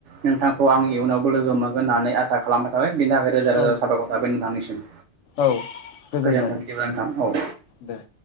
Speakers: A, on the right; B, on the left.
A: नोंथांखौ आं इयुनावबो लोगो मोनगोन होननानै आसा खालामबाय जाबाय बेनि थाखाय रोजा रोजा
B: औ
A: साबायखर थाबाय नोंथांनिसिम।
B: औ गोजोनबाय
A: गोजानथाम दिबानथां औ
B: दे